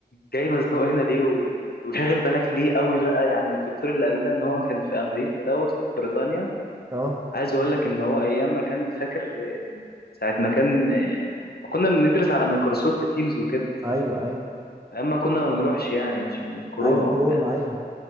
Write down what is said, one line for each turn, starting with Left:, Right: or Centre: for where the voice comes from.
Left: جاي مزنوق هنا ليه و- وشاغل بالك ليه قوي بقى يعني الدكتور اللي قال لنا ان هو كان في امريكا دوت في بريطانيا
Right: اه
Left: عايز اقول لك ان هو ايام ما كان فاكر ساعه ما كان ما كنا بندرس على مايكروسوفت تيمز وكده
Right: ايوه ايوه
Left: ايام ما كنا ما بنروحش يعني عشان الكورونا
Right: ايوه
Left: وبتاع
Right: كورونا ايوه